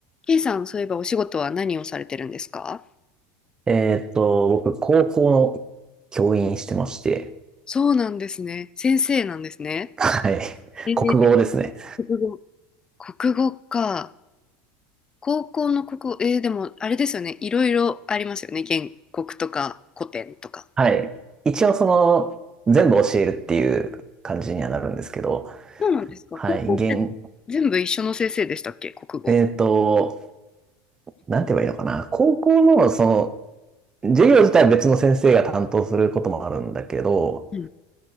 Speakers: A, on the left; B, on the right.
A: K さん、そういえばお仕事は何をされてるんですか
B: えーっと、僕、高校の教員してまして、
A: そうなんですね。先生なんですね。
B: はい。<laughs>
A: えー、
B: 国語ですね。
A: 国語。国語か。高校の国語、えー、でもあれですよね。いろいろありますよね。原告とか古典とか。
B: はい。一応、その、全部教えるっていう感じにはなるんですけど、
A: そうなんですか。
B: はい。
A: 高校って全部一緒の先生でしたっけ国語。
B: 現、えーっと、なんて言えばいいのかな。高校の、その、授業自体は別の先生が担当することもあるんだけど、
A: うん。